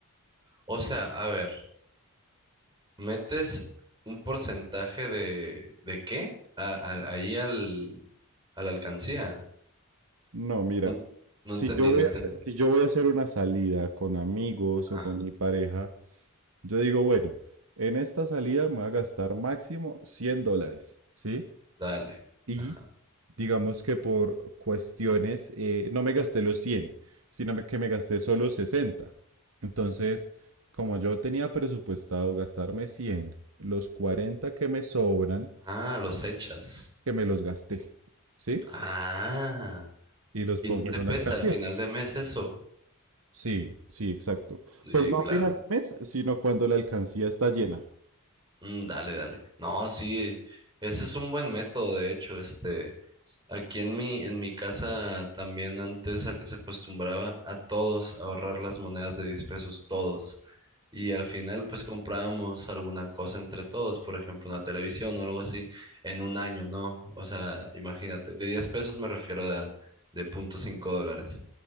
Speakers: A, on the right; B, on the right.
A: O sea, a ver, metes un porcentaje de, ¿de qué? A- al- ahí al, a la alcancía.
B: No, mira,
A: No, no
B: si
A: entendí,
B: yo voy
A: no
B: a
A: entendí.
B: hacer, si yo voy a hacer una salida con amigos o
A: Ah,
B: con mi pareja, yo digo, bueno, en esta salida me voy a gastar máximo 100 dólares, ¿sí?
A: dale.
B: Y
A: Ajá.
B: digamos que por cuestiones, eh, no me gasté los 100 sino me- que me gasté solo sesenta Entonces, como yo tenía presupuestado gastarme cien los 40 que me sobran,
A: Ah, los echas.
B: que me los gasté, ¿sí?
A: Ah,
B: Y los
A: y
B: pongo
A: no te
B: en
A: pesa
B: una alcancía.
A: al final de mes eso.
B: Sí, sí, exacto.
A: Sí,
B: Pues no
A: claro.
B: a final de mes, sino cuando la alcancía está llena.
A: Mm, dale, dale. No, sí, ese es un buen método, de hecho, este. Aquí en mi, en mi casa también antes ac- se acostumbraba a todos a ahorrar las monedas de 10 pesos, todos. Y al final pues comprábamos alguna cosa entre todos, por ejemplo una televisión o algo así, en un año, ¿no? O sea, imagínate, de 10 pesos me refiero de, a- de punto cinco dólares.